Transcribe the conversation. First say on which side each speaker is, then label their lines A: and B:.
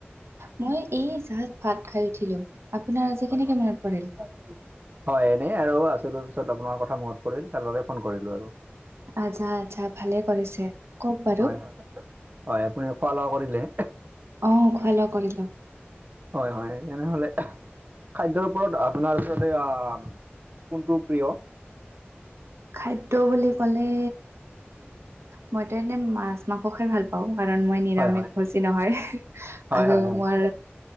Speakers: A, on the right; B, on the right.
A: মই এই জাষ্ট ভাত খাই উঠিলো, আপোনাৰ আজি
B: হয়
A: কেনেকে
B: হয়
A: মনত পৰিল?
B: <inaudible> হয় এনেই আৰু আছিলো পিছত আপোনাৰ কথা মনত পৰিল তাৰ বাবে ফোন কৰিলোঁ আৰু।
A: আচ্ছা আচ্ছা ভালে কৰিছে কওক বাৰু
B: হয় হয় হয় আপুনি খোৱা লোৱা কৰিলে?
A: অ খোৱা লোৱা কৰিলোঁ।
B: হয় হয় তেনেহলে খাদ্যৰ ওপৰত আপোনাৰ আচলতে আঁহ কোনটো প্ৰিয়?
A: খাদ্য বুলি ক'লে মইতো এনে মাছ মাংস খাই ভাল পাওঁ কাৰণ মই নিৰামিষ
B: হয় হয়
A: ভূজি নহয়
B: হয়
A: আৰু
B: হয় হয়
A: মোৰ